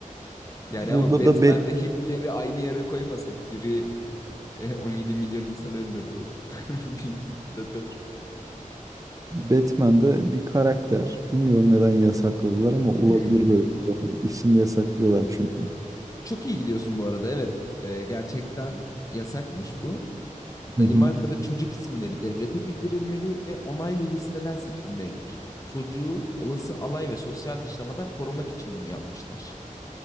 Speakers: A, on the left (about 25°); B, on the right (about 25°).
A: Yani
B: Burada
A: ama Batman'le
B: da Bat-
A: Hitler'i aynı yere koymasak biri e, 17 milyon insan öldürdü. <laughs> Bir diktatör.
B: Batman'de bir karakter. Bilmiyorum neden yasakladılar ama olabilir
A: <laughs>
B: böyle. Doğru. İsim yasaklıyorlar çünkü.
A: Çok iyi gidiyorsun bu arada. Evet. Ee, gerçekten yasakmış bu.
B: Hı
A: Danimarka'da
B: hı.
A: çocuk isimleri devlete bildirilmeli ve onaylı listeden seçilmelidir. Çocuğu olası alay ve sosyal dışlamadan korumak için bunu yapmışlar.